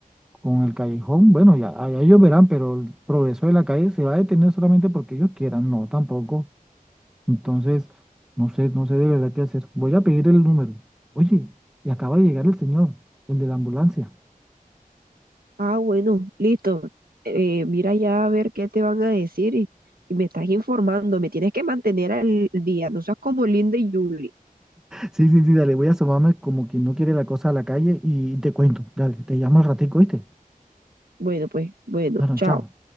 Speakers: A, in the centre; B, on the right.
A: con el callejón, bueno, ya, ya ellos verán, pero el progreso de la calle se va a detener solamente porque ellos quieran, no, tampoco. Entonces, no sé, no sé de verdad qué hacer. Voy a pedir el número. Oye, y acaba de llegar el señor, el de la ambulancia.
B: Ah, bueno, listo. Eh, mira ya a ver qué te van a decir y, y me estás informando. Me tienes que mantener al día. No seas como Linda y Julie.
A: Sí, sí, sí, dale, voy a asomarme como quien no quiere la cosa a la calle y te cuento. Dale, te llamo al ratico, ¿viste?
B: Bueno, pues, bueno,
A: Bueno,
B: chao.
A: chao.